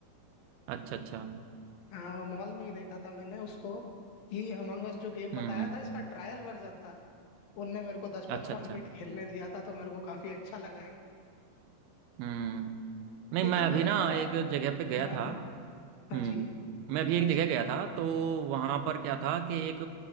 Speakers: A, on the right; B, on the left.
A: अच्छा अच्छा
B: हाँ मॉल में ही देखा था मैंने उसको ये अमंगस जो गेम बताया
A: हम्म
B: था इसका ट्रायल वर्जन था उनने मेरे को दस पंद्रह
A: अच्छा अच्छा
B: मिनट खेलने दिया था तो मेरे को काफी अच्छा लगा है
A: हम्म नहीं
B: लेकिन
A: मैं अभी
B: वही
A: ना
B: है यार
A: एक जगह पे गया
B: हाँ
A: था
B: हाँ हाँ
A: हम्म
B: जी
A: मैं भी एक
B: हाँ जी
A: जगह गया था तो वहां पर क्या था कि एक